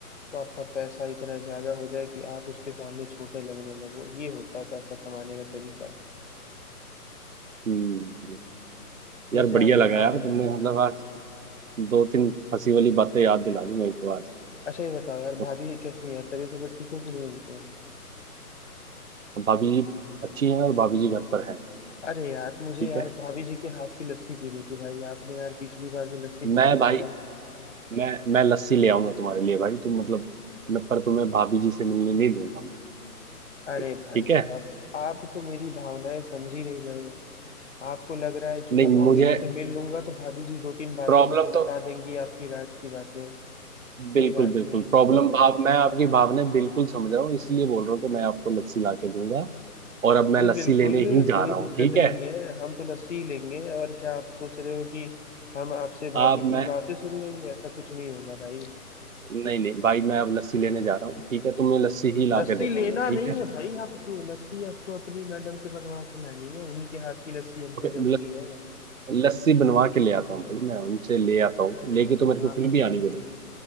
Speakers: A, on the left; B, on the right.
A: तो आपका पैसा इतना ज्यादा हो जाए कि आप उसके सामने छोटे लगने लगो ये होता है पैसा कमाने का तरीका
B: हम्म
A: वैसे
B: यार
A: आप
B: बढ़िया लगा
A: बताओ
B: यार
A: यार
B: तुमने मतलब आज दो तीन हंसी वाली बातें याद दिला दी मेरे को आज
A: अच्छा ये बताओ यार
B: तो
A: भाभी है कैसी है तबीयत उबीयत ठीक है कि नहीं उनकी
B: भाभी जी अच्छी हैं और भाभी जी घर पर हैं
A: अरे यार मुझे
B: ठीक
A: यार
B: है
A: भाभी जी के हाथ की लस्सी पीनी थी भाई आपने यार पिछली बार जो लस्सी
B: मैं
A: पिलाई थी
B: भाई
A: ना
B: मैं मैं लस्सी ले आऊंगा तुम्हारे लिए भाई तुम मतलब मैं पर तुम्हें भाभी जी से मिलने नहीं दूंगा मैं
A: अरे
B: ठीक
A: भाई साहब
B: है
A: आप तो मेरी भावनाएं समझ ही नहीं रहे हो आपको लग रहा है कि
B: नहीं
A: मैं भाभी
B: मुझे
A: जी से मिल लूंगा तो भाभी जी दो तीन बातें
B: प्रॉब्लम
A: मुझे
B: तो
A: बता देंगी आपकी राज की बातें कोई
B: बिल्कुल
A: बात
B: बिल्कुल
A: नहीं
B: प्रॉब्लम भाव मैं आपकी भावनाएं बिल्कुल समझ रहा हूँ इसलिए बोल रहा हूँ कि मैं आपको लस्सी ला के दूंगा और अब
A: जी
B: मैं लस्सी
A: बिल्कुल
B: लेने ही जा
A: कोई
B: रहा
A: दिक्कत
B: हूँ ठीक है
A: नहीं है हम तो लस्सी ही लेंगे और क्या आप सोच रहे हो कि हम आपसे
B: आप
A: भाभी
B: मैं
A: की बातें सुन लेंगे ऐसा कुछ नहीं होगा भाई
B: नहीं नहीं भाई मैं अब लस्सी लेने जा रहा हूँ ठीक है तुम्हें लस्सी ही ला
A: लस्सी
B: के देता
A: लेना
B: हूँ मैं ठीक
A: नहीं
B: है
A: है भाई आपको लस्सी आपको अपनी मैडम से बनवा के लानी है उन्हीं के हाथ की लस्सी हमको
B: ओके
A: जमती
B: लस,
A: है
B: लस्सी बनवा के ले आता हूँ भाई मैं उनसे ले आता हूँ लेके तो मेरे
A: हाँ
B: को फिर
A: हाँ
B: भी आनी पड़ेगी